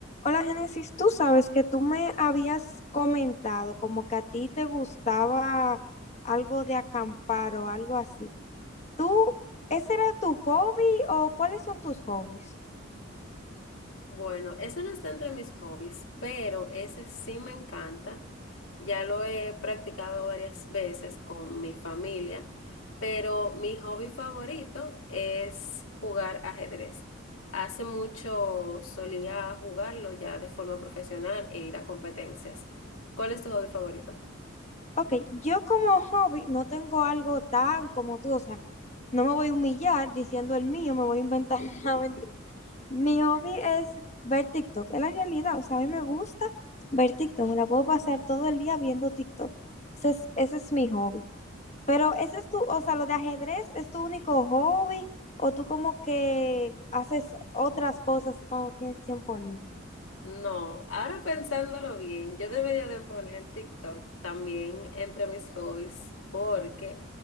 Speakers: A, on the left; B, on the left.
A: Hola, Génesis, tú sabes que tú me habías comentado como que a ti te gustaba algo de acampar o algo así. ¿Tú, ese era tu hobby o cuáles son tus hobbies?
B: Bueno, ese no está entre mis hobbies, pero ese sí me encanta. Ya lo he practicado varias veces con mi familia, pero mi hobby favorito es jugar ajedrez. Hace mucho solía jugarlo ya de forma profesional e ir a competencias. ¿Cuál es tu hobby favorito?
A: Ok, yo como hobby no tengo algo tan como tú, o sea, no me voy a humillar diciendo el mío, me voy a inventar
B: <laughs>
A: <laughs> una mentira. Mi hobby es ver TikTok, es la realidad, o sea, a mí me gusta ver TikTok, me la puedo pasar todo el día viendo TikTok. Ese es, ese es mi hobby. Pero ese es tu, o sea, lo de ajedrez es tu único hobby o tú como que haces otras cosas cuando tienes tiempo libre.
B: No, ahora pensándolo bien, yo debería de poner TikTok también entre mis hobbies porque